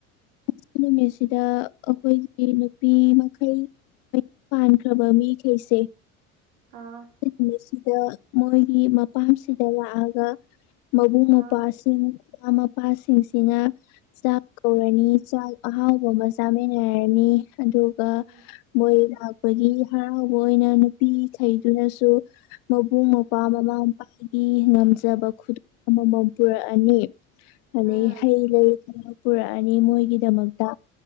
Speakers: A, on the left; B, on the right.
A: ꯌꯧꯒꯤꯛꯀꯤ ꯅꯨꯃꯤꯠꯁꯤꯗ ꯑꯩꯈꯣꯏꯒꯤ ꯅꯨꯄꯤ ꯃꯈꯥꯜ ꯃꯌꯨꯝ ꯄꯥꯟꯈ꯭ꯔꯕ ꯃꯤꯈꯩꯁꯦ
B: ꯑꯥ
A: ꯅꯨꯃꯤꯠꯁꯤꯗ ꯃꯣꯏꯒꯤ ꯃꯄꯥꯝꯁꯤꯗ ꯂꯥꯛꯑꯒ ꯃꯕꯨꯡ ꯃꯧꯄ꯭ꯋꯥꯁꯤꯡ
B: ꯑꯥ
A: ꯃꯃꯥ ꯃꯄꯥꯁꯤꯡꯁꯤꯅ ꯆꯥꯛ ꯀꯧꯔꯅꯤ ꯆꯥꯛ ꯑꯍꯥꯎꯕ ꯑꯃ ꯆꯥꯃꯤꯟꯅꯔꯅꯤ ꯑꯗꯨ
B: ꯎꯝ
A: ꯃꯣꯏ ꯂꯥꯛꯄꯒꯤ ꯍꯔꯥꯎꯕ ꯑꯣꯏꯅ ꯅꯨꯄꯤ ꯊꯩꯗꯨꯅꯁꯨ ꯃꯕꯨꯡ ꯃꯧꯄ꯭ꯋꯥ ꯃꯃꯥ ꯃꯄꯥꯒꯤ ꯉꯝꯖꯕ ꯈꯨꯗꯣ ꯑꯃꯃꯝ ꯄꯨꯔꯛꯑꯅꯤ ꯑꯗꯩ
B: ꯎꯝ
A: ꯍꯩ ꯂꯩ ꯈꯔ ꯄꯨꯔꯛꯑꯅꯤ ꯃꯣꯏꯒꯤꯗꯃꯛꯇ